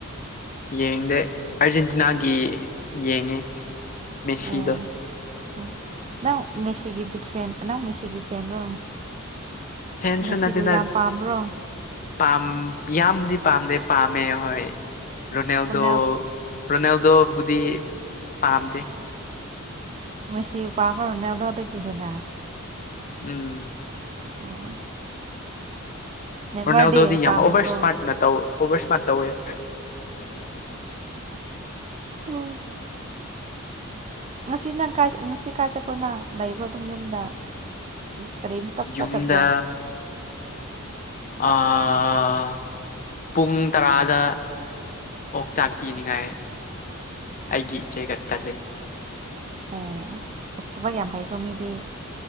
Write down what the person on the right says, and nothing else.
ꯑꯣ ꯑꯣ ꯅꯪ ꯃꯦꯁꯤꯒꯤ ꯕꯤꯛ ꯐꯦꯟ ꯅꯪ ꯃꯦꯁꯤꯒꯤ ꯐꯦꯟꯔꯣ
ꯃꯦꯁꯤꯕꯨ
ꯌꯥꯝ ꯄꯥꯝꯕ꯭ꯔꯣ
ꯔꯣꯅꯥꯜꯗꯣ
ꯃꯦꯁꯤ ꯄꯝꯕ꯭ꯔꯣ ꯔꯣꯅꯥꯜꯗꯣꯗꯒꯤ ꯍꯦꯟꯅ
ꯑꯣ ꯅꯦꯃꯥꯔꯗꯤ
ꯄꯥꯝꯗꯕ꯭ꯔꯣ
ꯑꯣ ꯉꯁꯤ ꯅꯪ ꯀꯥꯢ ꯉꯁꯤ ꯀꯥꯏ ꯆꯠꯄ꯭ꯔꯣ ꯅꯪ ꯂꯩꯕ꯭ꯔꯣ ꯑꯗꯨꯝ ꯌꯨꯝꯗ ꯀꯔꯤ ꯀꯔꯤꯝ ꯇꯞ
ꯆꯠꯇꯕ꯭ꯔꯣ
ꯑꯣ ꯑꯁ ꯊꯕꯛ ꯌꯥꯝ ꯐꯩꯀꯣ ꯃꯤꯗꯤ